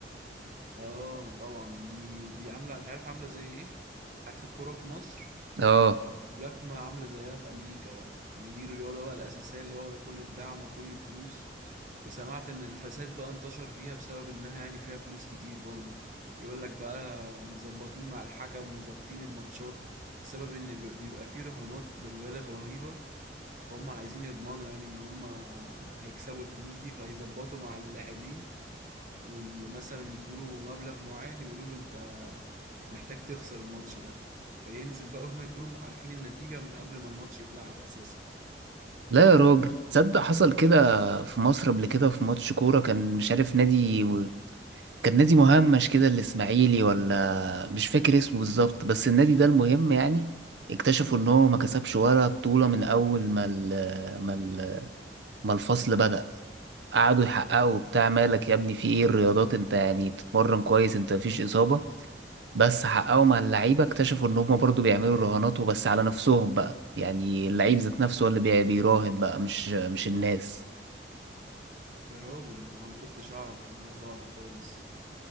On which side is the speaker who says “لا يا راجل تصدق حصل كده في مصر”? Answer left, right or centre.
Right